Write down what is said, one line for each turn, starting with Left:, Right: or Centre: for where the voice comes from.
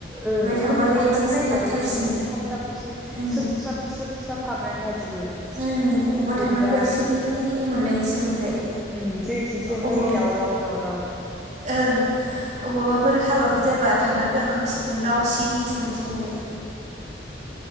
Centre: ओं ओमफ्राय
Right: थांबाथाय
Centre: थांनानै
Right: इथिंसो
Centre: नाय
Right: थाब
Centre: बाथाय
Right: थाबसिन
Centre: जि थाब थाबसिन
Right: उम
Centre: सोब स्राब सोब स्राब हाबनानै थाजोबो
Right: ओम बबावबा
Centre: बोरैबा
Right: थांना फैबा सिरि मोनलायनोसै ओमफ्राय
Centre: ओम जोंथिंसो
Right: अबावबा
Centre: ओमफ्राय दावराव दावराव
Right: ओं अबावबाफोर हाबाफोर जाबा थांनानै फैबा खोमसि खोमलाव सिरिसो मोनसै ओमफ्राय